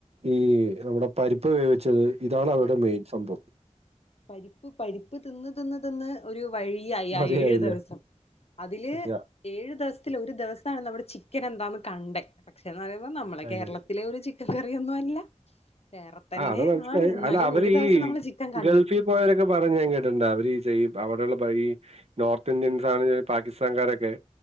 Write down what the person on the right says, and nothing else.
ഈ നമ്മടെ പരിപ്പ് വേവിച്ചത് ഇതാണ്
അവടെ മെയിൻ സംഭവം.
മതിയായില്ലേ
അത്
ശരി
ആ അത്
അല്ല അവര്
ഇ ഈ
ഗൾഫി പോയരൊക്കെ പറഞ്ഞ് ഞാൻ കേട്ടിണ്ട് അവര് ഈ ചെയ്അവടെള്ളപ്പം ഈ നോർത്ത് ഇന്ത്യൻ സാന ഈ പാക്കിസ്ഥാൻകാരൊക്കെ